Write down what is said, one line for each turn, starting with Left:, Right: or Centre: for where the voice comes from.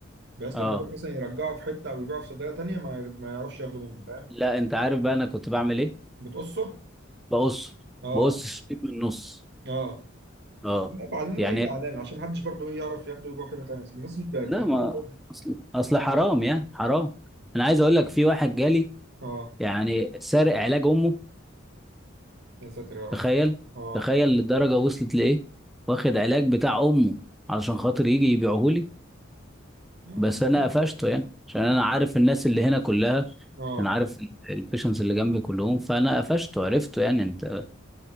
Right: بس
Centre: اه
Right: لما يروح مثلا يرجعه في حته او يبيعه في صيدليه تانيه ما ير- ما يعرفش ياخده منه فاهم
Centre: لا انت عارف بقى انا كنت بعمل ايه
Right: بتقصه
Centre: بقص
Right: اه
Centre: بقص الشريط من النص
Right: اه
Centre: اه
Right: لا بعلم
Centre: يعني
Right: له اي علامه عشان محدش برضه ايه يعرف ياخده يبقى في حته تانيه أصل الناس مش بقت
Centre: لا
Right: كتير
Centre: ما
Right: أوي برضه.
Centre: اصل اصل حرام يعني حرام انا عايز اقول لك في واحد جالي
Right: اه
Centre: يعني سارق علاج امه
Right: يا ساتر يا رب
Centre: تخيل
Right: اه
Centre: تخيل للدرجه وصلت لايه واخد علاج بتاع امه علشان خاطر يجي يبيعه لي
Right: يا عم
Centre: بس انا
Right: والله
Centre: قفشته يعني عشان انا عارف الناس اللي هنا كلها
Right: اه
Centre: انا عارف البيشنس اللي جنبي كلهم فانا قفشته عرفته يعني انت